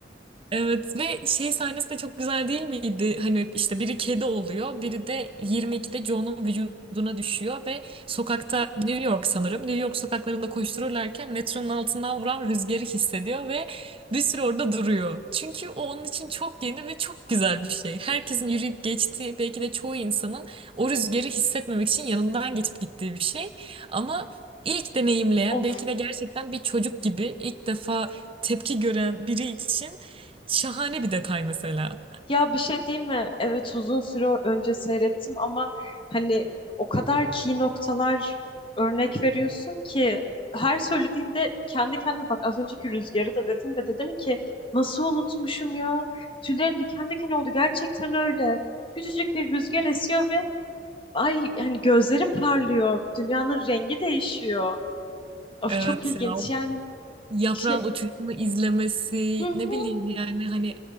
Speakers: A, on the right; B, on the left.
A: Evet ve şey sahnesi de çok güzel değil miydi? Hani işte biri kedi oluyor, biri de 22'de Joe'nun vücuduna düşüyor ve sokakta New York sanırım. New York sokaklarında koştururlarken metronun altından vuran rüzgarı hissediyor ve bir süre orada duruyor. Çünkü o onun için çok yeni ve çok güzel bir şey. Herkesin yürüyüp geçtiği, belki de çoğu insanın o rüzgarı hissetmemek için yanından geçip gittiği bir şey. Ama ilk deneyimleyen,
B: <laughs> Of.
A: belki de gerçekten bir çocuk gibi ilk defa tepki gören biri için Şahane bir detay mesela.
B: Ya bir şey diyeyim mi? Evet uzun süre önce seyrettim ama hani o kadar key noktalar örnek veriyorsun ki her söylediğinde kendi kendime bak az önceki rüzgarı da dedim ve dedim ki nasıl unutmuşum ya? Tüylerim diken diken oldu gerçekten öyle. Küçücük bir rüzgar esiyor ve ay hani gözleri parlıyor. Dünyanın rengi değişiyor. Of
A: Evet
B: çok ilginç
A: ya o
B: yani
A: yaprağın
B: şey
A: uçuşunu izlemesi
B: Hı hı,
A: ne bileyim yani hani